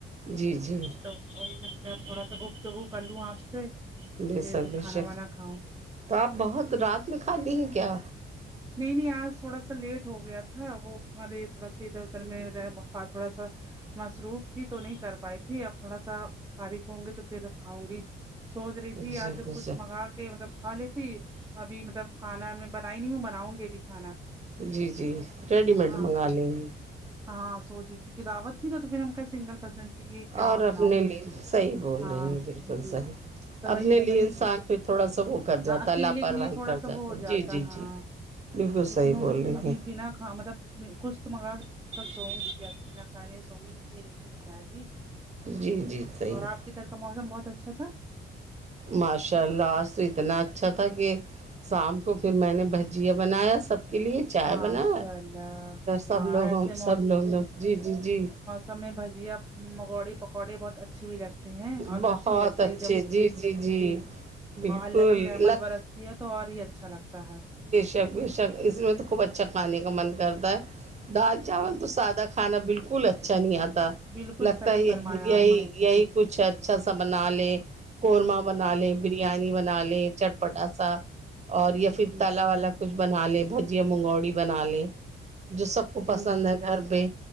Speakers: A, on the right (about 35°); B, on the right (about 15°).
A: جی جی
B: تو وہی ملتا ہے تھوڑا سا گفتگو کر لوں آپ سے
A: بےشک
B: پھر
A: بے
B: کھانا
A: شک
B: وانا کھاؤں
A: تو آپ بہت رات میں کھاتی ہیں کیا
B: نہیں نہیں آج تھوڑا سا لیٹ ہو گیا تھا وہ مارے تھوڑا سا ادھر ادھر میں رہ مفع تھوڑا سا مصروف تھی تو نہیں کر پائی تھی اب تھوڑا سا فارغ ہوں گی تو پھر کھاؤں گی سوچ رہی
A: بے
B: تھی آج
A: شک بے
B: کچھ
A: شک
B: منگا کے مطلب کھا لیتی ابھی مطلب کھانا میں بنائی نہیں ہوں لاونگی بھی کھانا
A: جی جی ریڈی
B: ہاں
A: میڈ منگا
B: تو
A: لیں گی
B: ہاں سوچی کیونک دعوت تھی نا تو پھر ہم کا سنگل پرسن پھر یہ کیا
A: اور
B: بناؤں
A: اپنے لیے صحیح بول
B: ہاں
A: رہی ہیں بالکل
B: جی
A: صحیح
B: تو وہیں
A: اپنے
B: ابھی
A: لیے
B: نہیں
A: انسان پھر تھوڑا سا وہ کر جاتا
B: ہاں اکیلے
A: ہے لاپرواہی
B: کے لیے تھوڑا
A: کر
B: سا وہ ہو
A: ہے
B: جاتا
A: جی جی
B: ہاں
A: جی بالکل
B: لیکن
A: صحیح
B: ہوگے
A: بول رہی
B: ابھی بنا کھ مطلب میں کچھ تو منگا سوں گی یا کھانی سوں گی نیند ہی نہیں آئے گی
A: جی جی صحیح
B: اور
A: ہے
B: آپ ادھر کا موسم بہت اچھا تھا
A: ماشاء اللہ آج تو اتنا اچھا تھا کہ شام کو پھر میں نے بہ جیا بنایا سب کے لیے چائے
B: ماشاء
A: بنا
B: اللہ
A: سب
B: وہاں
A: لوگوں
B: ایسے
A: ہم سب لوگوں جی جی جی
B: ہمیں بھجیا مگوڑی پکوڑے بہت ا چھے بھی لگتے ہیں اور
A: بہت
B: اچھے بھی لگتے
A: اچھے
B: ہیں جب
A: جی جی جی
B: بھی
A: بالکل
B: اور اللہ کی رحمت
A: لگ
B: برس یہ تو اور ہی اچھا لگتا ہے
A: بےشک اس میں تو خوب اچھا کھانےکا من کرتا ہے دال چاول
B: جی
A: تو سادہ کھانا بلکل اچھا نہیں آتا
B: بالکل
A: لگتا
B: صحیح
A: ہے یہی
B: فرمایا
A: یہی
B: آپ نے
A: یہی کچھ اچھا سا بنا لے قورمہ بنا
B: جی
A: لے بریانی بنا لے چٹ پٹاسا اور یا پھر
B: جی
A: تالا ولا کچھ بنا لیں بھجیا منگوڑی بنا لیں جو سب کو پسند
B: جی
A: ہے گھر پہ